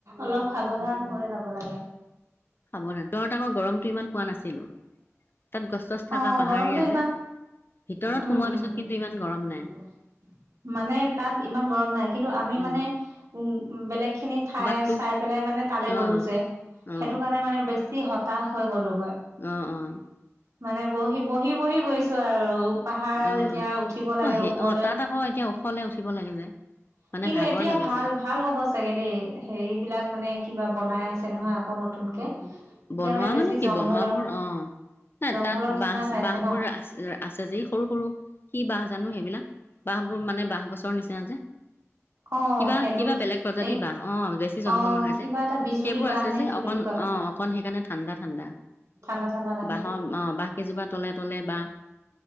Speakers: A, on the right; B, on the left.
A: অলপ সাৱধান হৈ যাব লাগে
B: সাৱধানে তঁই তাকৈ গৰমটো ইমান পোৱা নাছিলো তাত গছ চছ থকা
A: অহ
B: পাহাৰীয়া
A: গৰমটো ইমান
B: যে ভিতৰত
A: উম
B: সোমোৱাৰ
A: উম
B: পিছত কিন্তু ইমান গৰম নাই
A: <inaudible> মানে তাত ইমান গৰম নাই কিন্তু আমি
B: উম
A: মানে উম বেলেগ খিনি ঠাই
B: বাট তোক
A: চাই পেলাই মানে তালৈ
B: অ
A: গ'লো যে
B: অ
A: সেইটো কাৰণে মানে বেছি হতাশ হৈ গ'লো
B: অহ অহ
A: মানে বহি বহি বহি গৈছো আৰু পাহাৰ
B: অ
A: যেতিয়া উঠিব লাগে
B: অ সেই
A: ওপৰলৈ
B: অ তাত আকৌ এতিয়া ওখলে উঠিব
A: <inaudible>
B: লাগে যে মানে
A: কিন্তু
B: ভাগৰ
A: এতিয়া
B: লাগি
A: ভাল
B: যায়
A: ভাল হ'ব চাগে দেই হেৰিবলাক মানে কিবা বনাই আছে আছে নহয় আকৌ নতুনকে এতিয়া
B: বনোৱা
A: মানে বেছি
B: কি
A: জংঘলৰ
B: বনোৱাবোৰ
A: <inaudible>
B: অ নাই
A: জংঘলৰ
B: তাত
A: নিচিনা
B: বাহ
A: হৈ
B: বাহবোৰ
A: আছে ন
B: আছে যে সৰু সৰু কি বাহ জানো সেইবিলাক বাহবোৰ মানে বাঁহ গছৰ নিচিনা যে
A: অ
B: কিবা
A: সেইটো
B: কিবা বেলেগ প্ৰজাতিৰ
A: এই
B: বাহ অ বেছি জংঘল
A: অ
B: নহয়
A: কিবা
B: যে
A: এটা বিজুলী
B: সেইবোৰ
A: বাহ
B: আছে
A: নে
B: যে
A: কি
B: অকন
A: বুলি কয়
B: অ অকন সেইকাৰণে ঠাণ্ডা ঠাণ্ডা
A: ঠাণ্ডা ঠাণ্ডা লাগে
B: বাঁহৰ অহ বাঁহ কেইজোপা তলে তলে বাঁহ